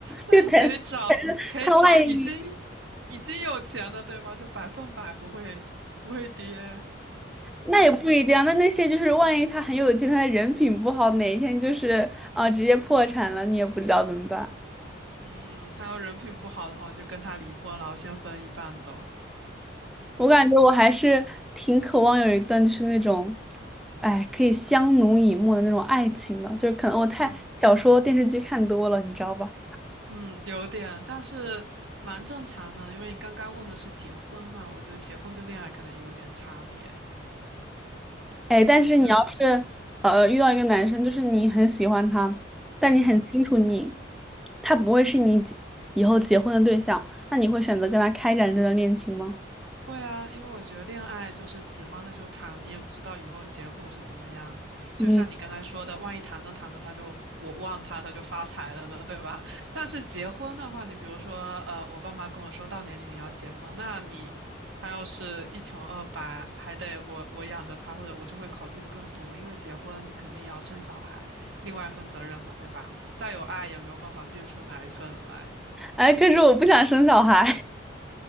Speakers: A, on the right (about 75°); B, in the centre.
A: 那你可以找可以找已经
B: 就谈 <laughs> 他万一。
A: 已经有钱的，对吧？就百分百不会不会跌，
B: 那也不一定啊。
A: 但
B: 那那些就是万一他很有钱，他的人品不好，哪一天就是啊、直接破产了，你也不知道怎么办。
A: 嗯，他要人品不好的话，我就跟他离婚了，我先分一半走。
B: 我感觉我还是挺渴望有一段就是那种，哎，可以相濡以沫的那种爱情的，就是可能我太小说电视剧看多了，
A: 嗯
B: 你知道吧？
A: 嗯，有点，但是蛮正常的，因为你刚刚问的是结婚嘛，我觉得结婚跟恋爱可能也有点差别，
B: 哎，但是你要是呃遇到一个男生，
A: 你觉得呢？
B: 就是你很喜欢他，但你很清楚你
A: 嗯。
B: 他不会是你结以后结婚的对象，那你会选择跟他开展这段恋情吗？
A: 会啊，因为我觉得恋爱就是喜欢的就谈，你也不知道以后结果是怎么样。
B: 嗯。
A: 就像你刚才说的，万一谈着谈着他就我忘他，他就发财了呢，对吧？<laughs> 但是结婚的话，你比如说，呃，我爸妈跟我说到年龄要结婚，那你他要是一穷二白，还得我我养着他，或者我就会考虑的更多，因为结婚你肯定要生小孩，另外一份责任嘛，对吧？再有爱也没有办法变出哪一份来。
B: 哎，可是我不想生小孩。